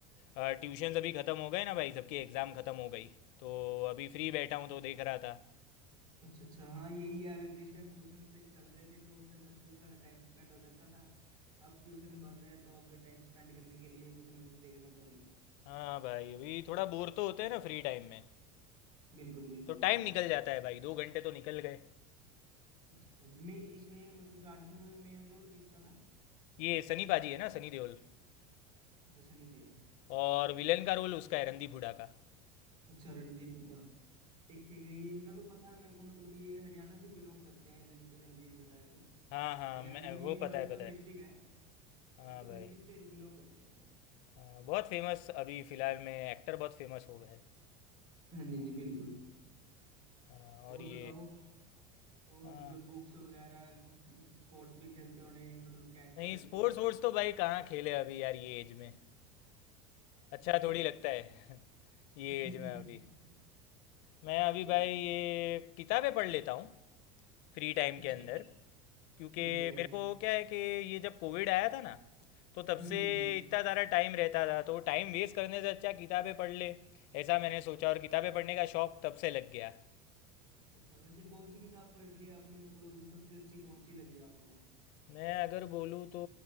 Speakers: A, on the left; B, on the right.
A: अ, ट्यूशन अभी ख़त्म हो गए ना भाई सबकी एग्ज़ाम ख़त्म हो गई तो अभी फ्री बैठा हूँ तो देख रहा था
B: अच्छा अच्छा हाँ यही है अगर जिस टाइम ट्यूशन ते चल रहे थे तो उस टाइम बच्चों के साथ टाइम स्पेंड हो जाता था अब ट्यूशन बंद है तो अब टाइम स्पेंड करने के लिए कुछ ना कुछ देखना तो है ही
A: हाँ भाई अभी थोड़ा बोर तो होते हैं ना फ्री टाइम में
B: बिल्कुल बिल्कुल
A: तो टाइम
B: भाई
A: निकल जाता है भाई दो घंटे तो निकल गए
B: अच्छा अच्छा मैं इसमें मतलब जाट मूवी में मेन रोल किसका था
A: ये सनी पाजी है ना सनी देओल
B: अच्छा सनी देओल
A: और विलन का रोल उसका है रणदीप हुडा का
B: अच्छा रणदीप हुड्डा ठीक ठीक है ये इनका तो पता है मेरे को मतलब ये हरियाणा से बिलोंग करते हैं रण- रणदीप हुड्डा है जो
A: हाँ हाँ
B: हरियाणा
A: मैं
B: में
A: वो पता
B: रोहतक
A: है पता है
B: डिस्ट्रिक्ट है
A: हाँ
B: रोहतक
A: भाई
B: डिस्ट्रिक्ट से बिलोंग करते हैं ये
A: हाँ, बहुत फेमस अभी फ़िलहाल में एक्टर बहुत फेमस हो गए हैं
B: हाँ जी जी बिल्कुल
A: हाँ, और
B: और
A: ये
B: बताओ और
A: हाँ
B: मतलब बुक्स वगैरह स्पोर्ट्स भी खेलते होने मतलब क्या क्या
A: नहीं
B: करते
A: स्पोर्ट्स
B: हो आप
A: वोर्ट्स तो भाई कहाँ खेले अभी यार ये एज में अच्छा
B: अच्छा
A: थोड़ी लगता है <laughs> ये
B: <laughs>
A: एज में अभी मैं अभी
B: ठीक
A: भाई ये किताबें पढ़ लेता हूँ फ्री टाइम
B: अच्छा
A: के अंदर क्योंकि
B: ठीक है
A: मेरे को क्या है कि ये जब कोविड आया था ना तो तब
B: हाँ
A: से
B: जी हाँ जी
A: इतना ज़्यादा टाइम रहता था तो टाइम वेस्ट करने से अच्छा किताबें पढ़ ले ऐसा मैंने सोचा और किताबें पढ़ने का शौक तब से लग गया
B: अच्छा अच्छा वैसे कौन सी किताब पढ़ ली आपने मतलब सबसे अच्छी कौन सी लगी आपको
A: मैं अगर बोलूँ तो